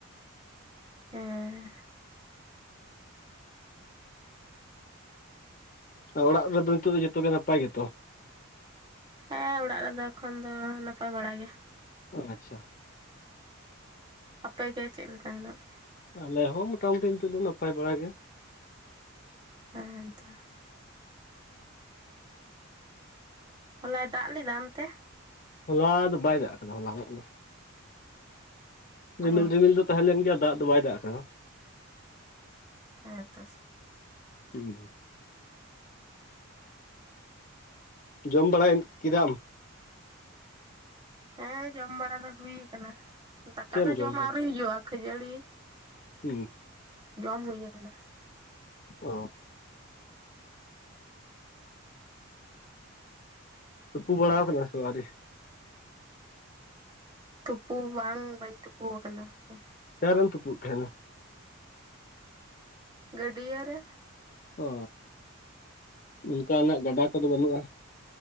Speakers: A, on the right (about 20°); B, on the left (about 40°).
A: ᱦᱮᱸ
B: ᱟᱨ ᱚᱲᱟᱜ ᱨᱮᱫᱚ ᱱᱤᱛᱚᱜ ᱫᱚ ᱡᱚᱛᱚ ᱜᱮ ᱱᱟᱯᱟᱭ ᱜᱮᱛᱚ?
A: ᱦᱮᱸ ᱚᱲᱟᱜ ᱨᱮᱱᱫᱚ ᱮᱠᱷᱚᱱ ᱫᱚ ᱱᱟᱯᱟᱭ ᱵᱟᱲᱟ ᱜᱮ᱾
B: ᱟᱪᱪᱷᱟ
A: ᱟᱯᱮ ᱜᱮ ᱪᱮᱫ ᱞᱮᱠᱟ ᱦᱮᱱᱟᱜ ᱯᱮᱭᱟ?
B: ᱟᱞᱮ ᱦᱚᱸ ᱢᱚᱴᱟᱢᱩᱴᱤ ᱱᱤᱛᱚᱜ ᱫᱚ ᱱᱟᱯᱟᱭ ᱵᱟᱲᱟ ᱜᱮ᱾
A: ᱦᱮᱸ ᱛᱚ ᱦᱚᱞᱟᱭ ᱫᱟᱜ ᱞᱮᱫᱟ ᱚᱱᱛᱮ?
B: ᱦᱚᱞᱟ ᱫᱚ ᱵᱟᱭ ᱫᱟᱜ ᱠᱟᱫᱟ ᱦᱚᱞᱟᱱᱚᱜ ᱫᱚ ᱨᱤᱢᱤᱞ
A: ᱚ
B: ᱨᱤᱢᱤᱞ ᱫᱚ ᱛᱟᱦᱮᱸ ᱞᱮᱱ ᱜᱮᱭᱟ, ᱫᱟᱜ ᱫᱚ ᱵᱟᱭ ᱫᱟᱜ ᱠᱟᱫᱟ᱾
A: ᱦᱮᱸ ᱛᱚ
B: ᱦᱩᱸ ᱡᱚᱢ ᱵᱟᱲᱟᱭᱮᱱ ᱠᱤᱫᱟᱢ?
A: ᱦᱮᱸ ᱡᱚᱢ ᱵᱟᱲᱟ ᱫᱚ ᱦᱩᱭ ᱠᱟᱱᱟ, ᱫᱟᱠᱟ
B: ᱪᱮᱫ ᱮᱢ
A: ᱫᱚ ᱡᱚᱢ
B: ᱟᱠᱟᱫᱟ
A: ᱟᱹᱣᱨᱤ ᱦᱩᱭᱩᱜᱼᱟ ᱠᱷᱟᱹᱡᱟᱹᱲᱤ
B: ᱦᱩᱸ
A: ᱡᱚᱢ ᱦᱩᱭ ᱟᱠᱟᱱᱟ᱾
B: ᱚ ᱛᱩᱯᱩ ᱵᱟᱲᱟᱣ ᱠᱟᱱᱟ ᱥᱮ ᱟᱹᱣᱨᱤ?
A: ᱛᱩᱯᱩ ᱵᱟᱝ ᱵᱟᱹᱧ ᱛᱩᱯᱩᱣ ᱠᱟᱱᱟ, ᱦᱟᱯᱮ
B: ᱚᱠᱟ ᱨᱮᱢ ᱛᱩᱯᱩᱫ ᱛᱟᱦᱮᱸᱱᱟ?
A: ᱜᱟᱹᱰᱭᱟᱹ ᱨᱮ᱾
B: ᱚ, ᱩᱝᱠᱟᱱᱟᱜ ᱜᱟᱰᱟ ᱠᱚᱫᱚ ᱵᱟᱹᱱᱩᱜᱼᱟ?